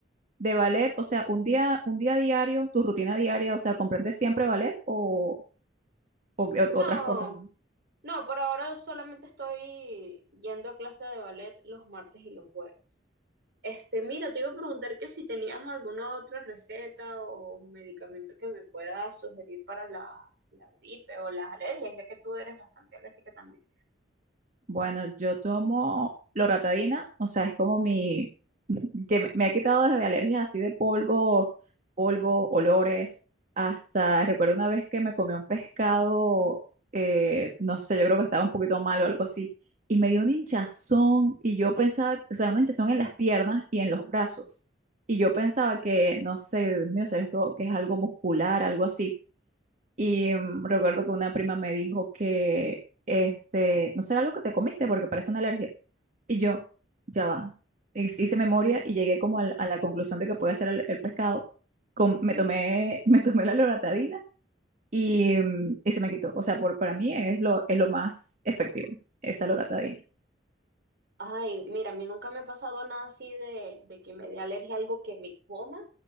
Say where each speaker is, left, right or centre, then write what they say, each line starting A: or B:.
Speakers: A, on the right (about 45°); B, on the right (about 60°).
A: De ballet, o sea, un día, un día diario, tu rutina diaria, o sea, comprendes siempre ballet o, o- o otras
B: No.
A: cosas? no?
B: No, por ahora solamente estoy yendo a clase de ballet los martes y los jueves. Este, mira, te iba a preguntar que si tenías alguna otra receta o medicamento que me pueda sugerir para la, la gripe o las alergias, ya que tú eres bastante alérgica también.
A: Bueno, yo tomo loratadina, o sea, es como mi, <laughs> que me, me ha quitado desde alergias así de polvo, polvo, olores, hasta recuerdo una vez que me comí un pescado, eh, no sé, yo creo que estaba un poquito mal o algo así, y me dio un hinchazón y yo pensaba, o sea, una hinchazón en las piernas y en los brazos, y yo pensaba que, no sé, Dios mío, será esto que es algo muscular, algo así. Y mm, recuerdo que una prima me dijo que, este, no será algo que te comiste porque parece una alergia. Y yo, ya va. Hice hice memoria y llegué como al- a, la conclusión de que podía ser el, el pescado. Com-
B: Mm.
A: me tomé, <laughs> me tomé la loratadina y, mm, y se me quitó. O sea, por, para mí es lo, es lo más efectivo, esa loratadina.
B: Ay, mira, a mí nunca me ha pasado nada así de, de que me dé alergia a algo que me coma,